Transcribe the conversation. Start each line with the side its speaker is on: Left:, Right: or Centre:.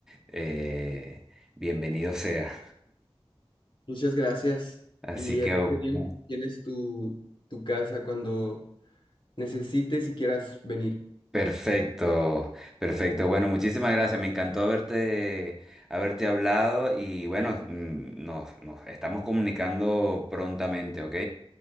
Centre: eh, bienvenido sea.
Left: Muchas gracias.
Centre: Así
Left: Y
Centre: que
Left: aquí
Centre: u-
Left: te digo,
Centre: u-
Left: tienes tu, tu casa cuando necesites y quieras venir.
Centre: perfecto, perfecto. Bueno, muchísimas gracias. Me encantó haberte, haberte hablado y bueno, mm, nos, nos estamos comunicando prontamente, ¿ok?